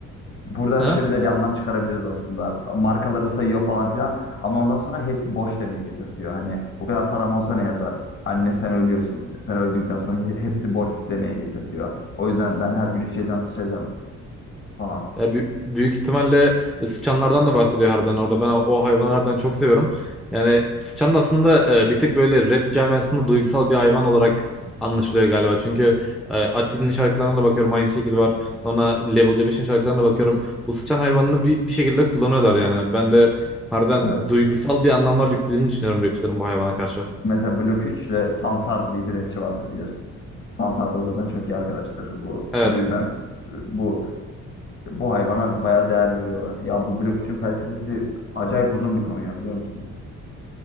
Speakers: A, on the left (about 40°); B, in the centre.
A: Buradan
B: Hı
A: şöyle
B: hı.
A: de bir anlam çıkarabiliriz aslında. Markaları sayıyor falan filan ama ondan sonra hepsi boş demeye getirtiyor. Hani bu kadar param olsa ne yazar? Anne sen ölüyorsun. Sen öldükten sonra he- hepsi boş demeye getirtiyor. O yüzden ben her gün içeceğim, sıçacağım falan.
B: Ya bü- büyük ihtimalle sıçanlardan da bahsediyor harbiden orada. Ben o, o hayvanlardan çok seviyorum. Yani sıçan da aslında e, bir tık böyle rap camiasında duygusal bir hayvan olarak anlaşılıyor galiba. Çünkü e, Ati'nin şarkılarına da bakıyorum aynı şekilde var. Sonra Level C5'in şarkılarına da bakıyorum. Bu sıçan hayvanını bir, bir şekilde kullanıyorlar yani. Ben de harbiden
A: Evet.
B: duygusal bir anlamlar yüklediğini düşünüyorum rapçilerin bu hayvana karşı.
A: Mesela Blok 3 ile Sansar diye bir rapçi vardır bilirsin. Sansar da zaten çok iyi arkadaştır. Bu
B: Evet.
A: bu yüzden s- bu bu hayvana bayağı değer veriyorlar. Ya bu Blok üçün felsefesi acayip uzun bir konu ya biliyor musun?